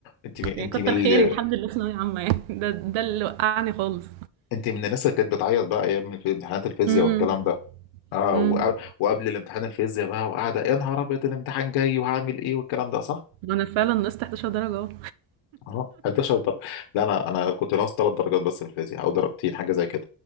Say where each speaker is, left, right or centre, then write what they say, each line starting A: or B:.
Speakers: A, on the left; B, on the right.
A: انت من...
B: يعني
A: انت
B: كتر
A: من
B: خيري
A: ال...
B: الحمد لله في ثانويه عامه يعني ده ده اللي وقعني خالص
A: انت من الناس اللي كانت بتعيط بقى ايام الف- امتحانات الفيزياء
B: امم
A: والكلام ده اه
B: امم
A: وق- وقبل الامتحان الفيزياء بقى وقاعده يا نهار ابيض الامتحان جاي وهعمل ايه والكلام ده صح؟
B: انا فعلا نقصت 11 درجه اهو
A: اه 11 درجه لا انا انا كنت ناقص ثلاث درجات بس في الفيزياء او درجتين حاجه زي كده